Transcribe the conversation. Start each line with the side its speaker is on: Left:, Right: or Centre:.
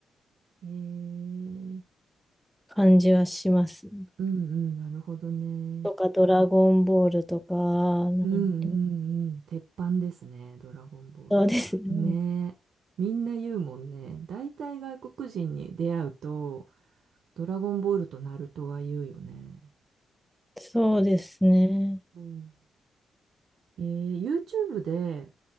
Right: ええ
Centre: 感じはしますね。
Right: うんうん、なるほどね。
Centre: とか、ドラゴンボールとか、なんて、
Right: うんうんうん。鉄板ですね、ドラゴンボールは。
Centre: そうですね。
Right: ねえ。みんな言うもんね。大体外国人に出会うと、ドラゴンボールとナルトは言うよね。
Centre: そうですね。
Right: うん。えー YouTube で